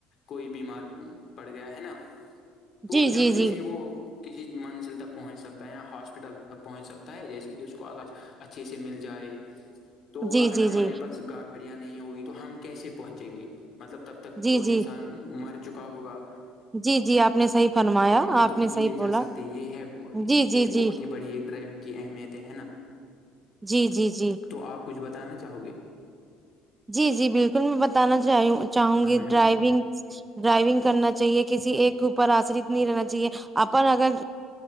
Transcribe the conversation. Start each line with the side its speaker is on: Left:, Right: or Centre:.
Left: کوئی بیمار پڑ گیا ہے نا تو
Right: جی
Left: جلدی
Right: جی جی
Left: سے وہ کسی منزل تک پہنچ سکتا ہے ہاسپٹل تک پہنچ سکتا ہے جیسے کہ اس کو علاج اچھے سے مل جائے تو
Right: جی
Left: اگر
Right: جی
Left: ہمارے
Right: جی
Left: پاس گاڑیاں نہیں ہوگی تو ہم کیسے پہنچیں گے مطلب تب تک
Right: جی
Left: تو
Right: جی
Left: انسان مر چکا ہوگا
Right: جی جی آپ نے صحیح فرمایا
Left: پائیدل
Right: آپ
Left: تو نہیں
Right: نے صحیح
Left: لے جا
Right: بولا
Left: سکتے یہ ہے
Right: جی جی
Left: یہ بہت
Right: جی
Left: ہی بڑی ایک ڈرائیونگ کی اہمیتیں ہے نا
Right: جی جی جی
Left: تو آپ کچھ بتانا چاہو گے
Right: جی جی بالکل میں بتانا چاہ چاہوں
Left: ہاں
Right: گی
Left: میم
Right: ڈرائیونگ ڈرائیونگ کرنا چاہیے کسی ایک اوپر آشرت نہیں رہنا چاہیے اپن اگر